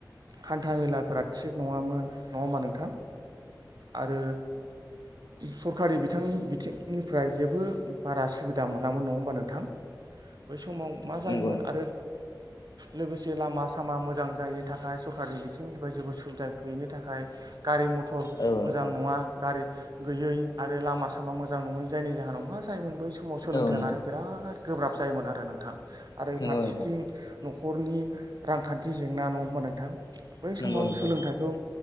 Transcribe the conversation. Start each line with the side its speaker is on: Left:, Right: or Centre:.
Right: हान्था मेलाफोरा थिग नङामोन नङा होमा नोंथां आरो सरकारि बिथांनि बिथिंनिफ्राय जे बो बारा सुबिदा मोनामोन नङा हबा नोंथां बै समाव मा जायोमोन
Left: नंगौ नोंथां
Right: आरो। लोगोसे लामा सामा मोजां जायैनि थाखाय सरकारि बिथिंनिफ्राय जेबो सुबिदा गैयैनि थाखाय गारि मथर
Left: औ नोंथां
Right: मोजां नङा गारि गैयै आरो लामा सामा मोजां नङै जायनि जाहोनाव मा जायमोन बै समाव सोलोंथाइ
Left: औ नोंथां
Right: लानो बिराद गोब्राब जायोमोन आरो नोंथां आरो
Left: नंगौ
Right: फारसेथिं
Left: नोंथां
Right: न'खरनि रांखान्थि जेंना नङा होमबा नोंथां बै
Left: नंगौ
Right: समाव
Left: नोंथां
Right: सोलोंथाइखौ
Left: औ